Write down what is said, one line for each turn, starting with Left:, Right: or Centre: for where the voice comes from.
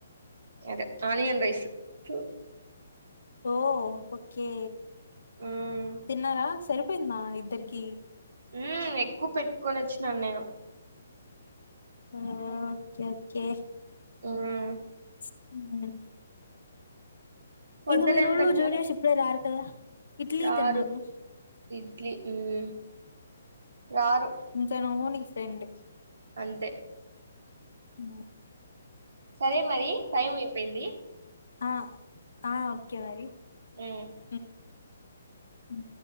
Right: అదే ఆనియన్ రైస్ చూ
Left: ఓ ఓకే
Right: ఉమ్
Left: తిన్నారా సరిపోయిందా ఇద్దరికి?
Right: మ్ ఎక్కువ పెట్టుకొని వచ్చినాను నేను
Left: ఆ ఓకే ఓకే
Right: ఉ ఆ
Left: హ
Right: పొద్దున
Left: ఇంగ మీ రూళ్ళు
Right: ఏం పెట్టినారు
Left: జూనియర్స్ ఇప్పుడే రారు కదా ఇడ్లీ
Right: రారు
Left: తిన్నాను.
Right: ఇడ్లీ ఉమ్ రారు
Left: ఇంకా నవ్వు నీ ఫ్రెండ్
Right: అంతే
Left: ఆ
Right: సరే మరి టైం అయిపోయింది.
Left: ఆ ఆ ఓకే మరి
Right: సరే
Left: ఉ